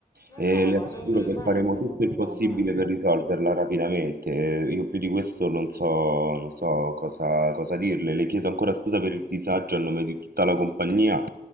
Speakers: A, on the left; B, on the right.
A: Non
B: e
A: no,
B: le
A: ma
B: assicuro
A: non lo immagino,
B: che faremo tutto
A: non
B: il possibile
A: lo immagino.
B: per risolverla rapidamente. Eh, Io più di questo non so, non so cosa, cosa dirle. Le chiedo ancora scusa per il disagio a nome di tutta la compagnia,